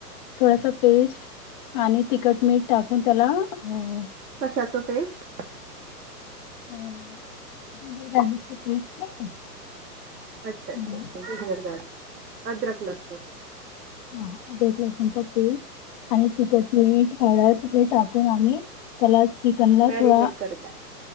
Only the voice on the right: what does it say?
कशाचं पेस्ट?
अच्छा अच्छा
अच्छा जिंजर गार्लिक अदरक लहसून
मॅरिनेट
करता